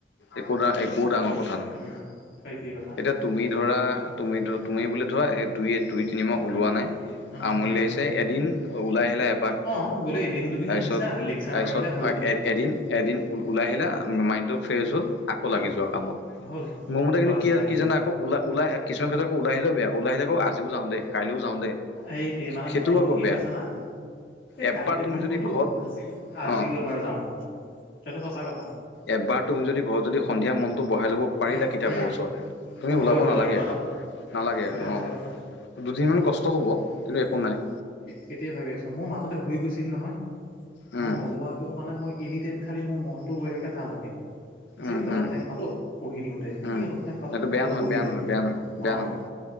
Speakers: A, on the left; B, on the left.
A: একো-একো ডাঙৰ কথা নহয়।
B: উম সেইটোৱে কথা
A: এতিয়া তুমি ধৰা, তুমি ধ' তুমি বোলে ধৰা এ দুই-দুই তিনিমাহ ওলোৱা নাই,
B: উম
A: আমনি
B: উম
A: লাগিছে এদিন ওলাই আহি আহিলা এপাক,
B: অ', বোলে এদিন দুদিন
A: তাৰপিছত-তাৰপিছত
B: আহিছা লেকচাৰ মাৰিলা হৈ গ'ল
A: এদিন-এদিন ওলাই আহিলা মাইণ্ডটো ফ্ৰেছ হ'ল আকৌ
B: উম,
A: লাগি যোৱা কামত।
B: হ'ল।
A: মোৰ মতে কিন্তু
B: বাছ
A: কি-কি
B: লাগি যোৱা,
A: জান আকৌ ওলাই-ওলাই অহ, কিছুমান ক্ষেত্ৰত আকৌ ওলাই আহিলেও বেয়া। ওলাই আহিলে আকৌ আজিও যাওঁ দে, কাইলৈও যাওঁ দে।
B: এই তে মানে
A: সেইটোও
B: মনটো
A: আকৌ
B: কি
A: বেয়া
B: হয় জানা? এই
A: এবাৰ
B: কালি দেখোন
A: তুমি যদি
B: গ'লোঁ,
A: ঘৰত
B: আজিও-আজিও
A: অ
B: এবাৰ যাওঁ, সেইটো সঁচা কথা।
A: এবাৰ তুমি যদি ঘৰত যদি সন্ধিয়া মনটো বহাই ল'ব পাৰিলা
B: উম,
A: কিতাপৰ
B: উম,
A: ওচৰত, তুমি
B: হৈ
A: ওলাব
B: গ'ল
A: নালাগে
B: আৰু
A: আৰু নালাগে
B: সেইটো
A: আৰু
B: সঁচা
A: অহ।
B: কথা।
A: দুদিনমান কষ্ট হ'ব কিন্তু একো নাই।
B: কেতিয়াই ভাবি আছোঁ, মোৰ মাজতে হুই গৈছিল নহয়।
A: উম,
B: মই নোলোৱা মোৰ মানে মই এনি টাইম খালী মোৰ মনটো গৈ থাকে তালৈকে, যে
A: উম,
B: অলপ
A: উম,
B: টাইম পালোঁ। পঢ়ি দিওঁ দে, সেই
A: উম,
B: অলপ টাইম পালোঁ
A: সেইটো বেয়া
B: অলপ
A: নহয়,
B: বহি
A: বেয়া
B: দিওঁ
A: নহয়,
B: দে,
A: বেয়া নহয়, বেয়া
B: অহ।
A: নহয়।